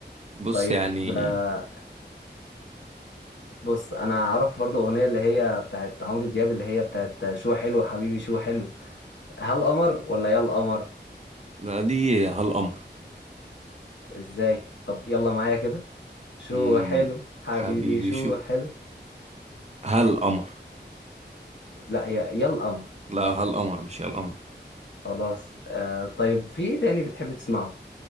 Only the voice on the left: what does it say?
طيب
آه، بص انا اعرف برضو اغنيه اللي هي بتاعت عمرو دياب اللي هي بتاعت شو حلو حبيبي شو حلو هل قمر ولا يا القمر
ازاي طب يلا معايا كده شو
حلو حبيبي
شو
حلو
لا هي يا القمر
خلاص آه طيب في ايه تاني بتحب تسمعه